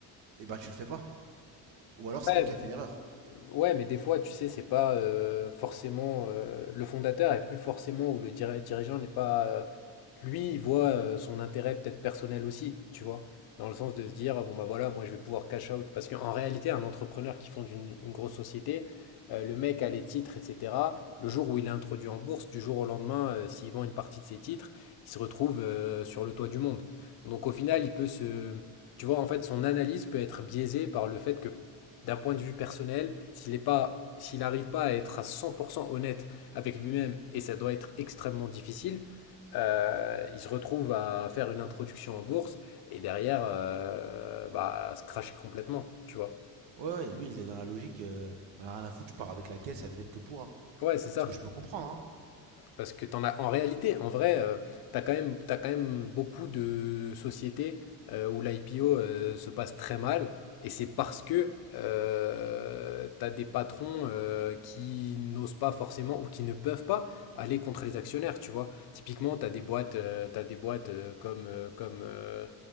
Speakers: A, on the right (about 75°); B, on the left (about 60°).
A: eh ben tu le fais pas. Ou alors c'est
B: Ouais,
A: toi qui as fait l'erreur.
B: Ouais, mais des fois, tu sais, c'est pas euh, forcément euh, le fondateur et plus forcément ou le diri- dirigeant n'est pas euh, lui, il voit euh, son intérêt peut-être personnel aussi, tu vois, dans le sens de se dire bon bah voilà, moi je vais pouvoir cash out parce qu'en réalité, un entrepreneur qui fonde une, une grosse société, euh, le mec a les titres, etc. Le jour où il est introduit en bourse, du jour au lendemain, euh, s'il vend une partie de ses titres, il se retrouve euh, sur le toit du monde. Donc au final, il peut se, tu vois, en fait, son analyse peut être biaisée par le fait que d'un point de vue personnel, s'il est pas, s'il n'arrive pas à être à 100% honnête avec lui-même, et ça doit être extrêmement difficile, euh, il se retrouve à faire une introduction en bourse et derrière, euh, bah, à se cracher complètement, tu vois.
A: Ouais, ouais, lui, il est dans la logique, euh, j'en ai rien à foutre, je pars avec la caisse et advienne que pourra.
B: Ouais, c'est ça.
A: Ce que je peux comprendre, hein.
B: Parce que t'en as, en réalité, en vrai, euh, t'as quand même, t'as quand même beaucoup de sociétés euh, où l'IPO euh, se passe très mal, et c'est parce que euh, t'as des patrons euh, qui n'osent pas forcément ou qui ne peuvent pas aller contre les actionnaires, tu vois. Typiquement, t'as des boîtes, euh, t'as des boîtes euh, comme, euh, comme euh,